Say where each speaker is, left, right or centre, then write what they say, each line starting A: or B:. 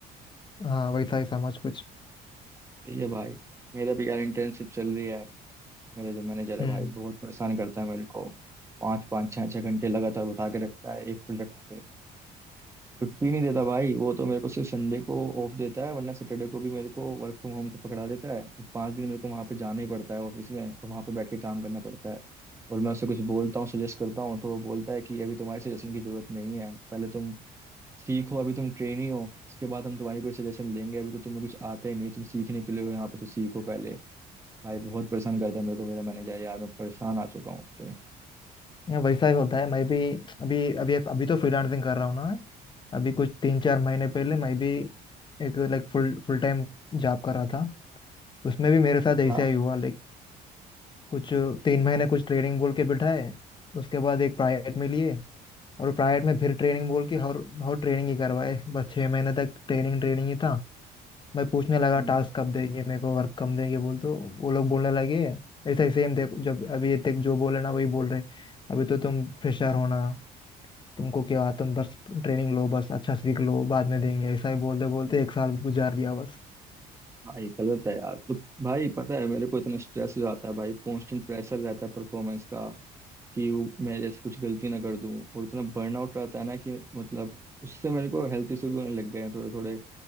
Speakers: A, on the left; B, on the right.
A: हाँ वैसा ही समझ कुछ
B: सही है भाई मेरा भी यार इंटर्नशिप चल रही है मेरा जो मैनेजर है
A: हम्म
B: भाई बहुत परेशान करता है मेरे को पाँच पाँच छः छः घंटे लगातार बैठा के रखता है एक प्रोजेक्ट पे। छुट्टी नहीं देता भाई वो तो मेरे को सिर्फ संडे को ऑफ देता है वरना सैटरडे को भी मेरे को वर्क फ्रॉम होम का पकड़ा देता है पांच दिन मेरे को वहां पे जाना ही पड़ता है ऑफिस में और वहां पे बैठ के काम करना पड़ता है और मैं उससे कुछ बोलता हूँ सजेस्ट करता हूँ तो वो बोलता है कि अभी तुम्हारे सजेशन की जरूरत नहीं है पहले तुम सीखो अभी तुम ट्रेनी हो उसके बाद हम तुम्हारी कोई सजेशन लेंगे अभी तो तुम्हें कुछ आता ही नहीं तुम सीखने के लिए हो यहाँ पे तो सीखो पहले भाई बहुत परेशान करता है मेरे को मेरा मैनेजर यार मैं परेशान आ चुका हूँ उससे
A: यहाँ वैसा ही होता है मैं भी अभी अभी अभी तो फ्रीलांसिंग कर रहा हूँ ना अभी कुछ तीन चार महीने पहले मैं भी एक like full full time job कर रहा था उसमें भी मेरे साथ
B: अच्छा
A: ऐसा ही हुआ लाइक कुछ तीन महीने कुछ ट्रेनिंग बोल के बिठाए उसके बाद एक प्राइवेट में लिए और प्राइवेट में फिर ट्रेनिंग बोल के और और ट्रेनिंग ही करवाए बस छः महीने तक ट्रेनिंग ट्रेनिंग ही था मैं पूछने लगा
B: अच्छा
A: टास्क कब देंगे मेरे को वर्क कम देंगे बोल तो वो लोग बोलने लगे ऐसा ही सेम देखो जब अभी ये तक जो बोले ना वही बोल रहे अभी तो तुम फ्रेशर हो ना तुमको क्या तुम बस ट्रेनिंग लो बस अच्छा सीख लो बाद में देंगे ऐसा ही बोलते बोलते एक साल गुजार दिया बस
B: भाई गलत है यार तो भाई पता है मेरे को इतना स्ट्रेस हो जाता है भाई कांस्टेंट प्रेशर रहता है परफॉर्मेंस का कि वो मेरे से कुछ गलती ना कर दूं और इतना बर्नआउट रहता है ना कि मतलब उससे मेरे को हेल्थ इशू भी होने लग गए हैं थोड़े थोड़े